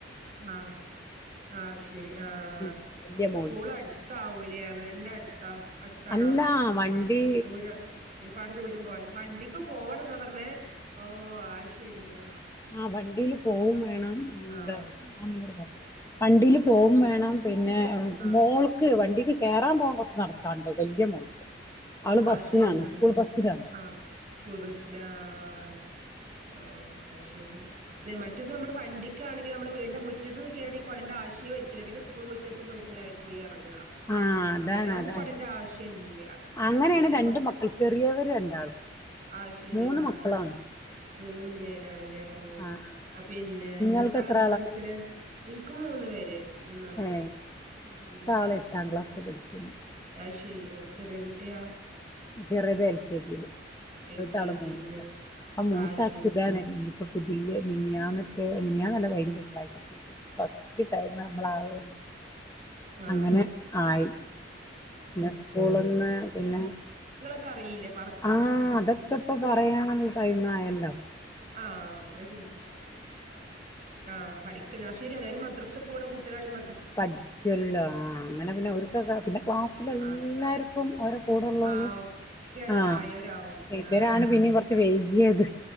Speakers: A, on the right; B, on the left.
A: ആഹ് ആഹ് ശരി. ആ ആ
B: ഉം വല്യ
A: സ്കൂളടുത്താവു
B: മോൾക്ക്
A: ല്യാ വീടിന്റെ അടുത്താ അടുത്താണോ
B: അല്ല വണ്ടി
A: ഓ ദൂരം ഒരുപാട് ദൂരം പോണം. വണ്ടിക്ക് പോണംന്നാ പറഞ്ഞേ ഓഹ് അയ് ശരി ആ
B: ആ വണ്ടീല് പോവും വേണം.
A: ആഹ്
B: ന്താ ആമിനോട് പറ വണ്ടീല് പോവും വേണം. പിന്നെ ഏ
A: ആഹ്
B: മോൾക്ക് വണ്ടീക്ക് കേറാൻ പോവ കൊറച്ച് നടക്കാണ്ട് വല്യ മോൾക്ക് അവള്
A: അത്
B: ബസ്സിനാണ്.
A: ശരി ആഹ്
B: സ്കൂൾ ബസ്സിലാണ്.
A: ആഹ് സ്കൂൾ ബസ്സി ലാ അയ്കോട്ടെ ആഹ് അത്ശരി. ലേ മറ്റത് നമ്മള് വണ്ടിക്കാണെങ്കി നമ്മള് വീടിന്റെ മുറ്റതന്ന് കേറി കൊടന്റെ ആവശ്യോരികില്ല. പിന്നെ സ്കൂൾ മുറ്റത്ത് പോയിട്ടല്ലേ അവര് പോയി എ റങ്ങാ
B: ആ അതാണ്
A: അങ്ങനാവുമ്പൊ
B: അതാണ്
A: കൊടന്റെ ആവശ്യല്ലാ
B: അങ്ങനെയാണ്
A: പിന്നെ
B: രണ്ട്
A: കൊറച്ച്
B: മക്കൾ ചെറിയവര് രണ്ടാളും
A: അത്ശരി
B: മൂന്ന്
A: ആഹ്
B: മക്കളാണ്
A: മൂന്ന് പേരാണ്ലേ. ഓഹ്
B: ആ ആ
A: അ പിന്നെ
B: നിങ്ങൾക്ക്
A: മൂത്താളെന്താ
B: എത്ര
A: പഠിക്ക്ണ് ഇൻക്ക് മൂന്ന് പേര് മൂന്നാളാണ്
B: ഏയ് മൂതാള്
A: ഉം
B: എട്ടാം ക്ലാസി പഠിക്കുന്നു
A: അത് ശരി ആഹ് ചെറിയ കുട്ടി ട്ടിയാ
B: ചെറിത് എൽ. കെ ജീല് നടൂതാള്
A: എൽ കെ ജിയില്
B: മൂന്നില ആ മൂത്താക്ക്
A: ആഹ് ശരി
B: ഇതാണ് ഇപ്പൊ പുതിയ മിനിയാന്നറ്റെ മിനിയാന്നല്ല കഴിഞ്ഞ തിങ്കളാഴ്ച പിരിയേട്സ് ഫസ്റ്റ് ടൈം മ്മളാവോ
A: ആഹ്
B: അങ്ങനെ ആയി ന്നെ സ്കൂള്ന്നാ പിന്നെ
A: ക്കറിയില്ലെ
B: ആഹ് അതൊക്കെ ഇപ്പൊ പറയണം ടൈമായാല് ലാ
A: ആഹ് അതാൻചോയ്ചെ ആഹ് പഠിക്ക്ന്നെ അത് ശരിയാണ് ഒരു മദ്രസ ചെപോണ കുട്ട്യാളാണീ മദ്
B: പഠിക്കല്ലോ ആഹ് അങ്ങനെ പിന്നെ ഓർക് പിന്നെ ക്ലാസ്സിലെല്ലാർക്കും
A: ആഹ്
B: ഓരോ കൂടെള്ളോല്
A: ആഹ് ഒക്കെ
B: ആഹ്
A: ആയവരാവും
B: ഇബരാണ്
A: ആഹ്
B: പിന്നെ കൊറച്ച് വയ് യേത്